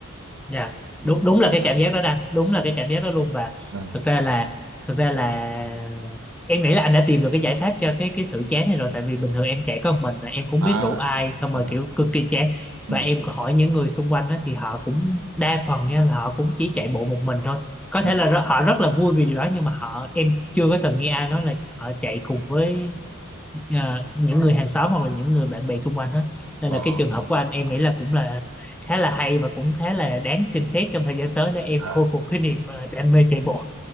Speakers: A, in the centre; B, on the right.
A: dạ
B: ừ.
A: đúng đúng là cái cảm giác đó đang đúng là cái cảm giác đó luôn và
B: à,
A: thực ra là thực ra là em nghĩ là anh đã tìm được cái giải pháp cho cái cái sự chán này rồi tại vì bình thường em chạy có một mình và em cũng
B: à.
A: biết rủ ai xong rồi
B: à.
A: kiểu cực kỳ chán
B: Ừ.
A: và em hỏi những người xung quanh đó, thì họ cũng đa phần nha là họ cũng chỉ chạy bộ một mình thôi có
B: Ừ.
A: thể là rất- họ rất là vui vì điều đó nhưng mà họ em chưa có từng nghe ai nói là họ chạy cùng với à, những người hàng xóm hoặc là những người bạn bè xung quanh hết nên
B: Ờ.
A: là cái trường hợp của anh em nghĩ là cũng là khá là hay và cũng khá là đáng xem xét trong thời gian tới để em
B: à.
A: khôi phục cái niềm ờ, đam mê chạy bộ